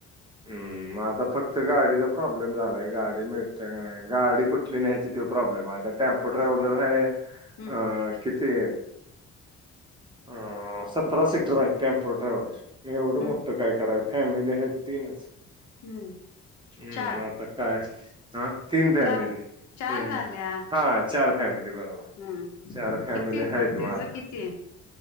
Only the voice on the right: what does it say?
हुं मग आता फक्त गाडीचा प्रॉब्लेम झालाय गाडी मिळत्या का नाय गाडी कुठली न्यायची त्या प्रॉब्लेम आहे आता टॅम्पो ट्रॅव्हलर हाय
किती ह सतरा सीटर हाय टेम्पो ट्रॅव्हलर एवढं
मोठं काय कराय फॅमिली आहेत तीनच
हुं
मग आता काय ह तीन फॅमिली
ते
हा चार फॅमिली बरोबर
चार फॅमिली
आहेत
म
आता